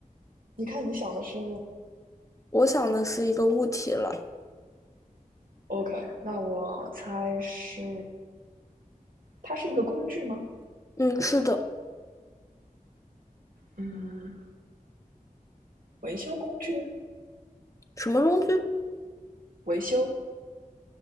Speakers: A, on the right (about 75°); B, on the left (about 20°).
A: 你看你想的是
B: 我想的是一个物体了。
A: ，OK，那我猜是，它是一个工具吗？
B: 嗯，是的。
A: 嗯，维修工具，
B: 什么工具？
A: 维修，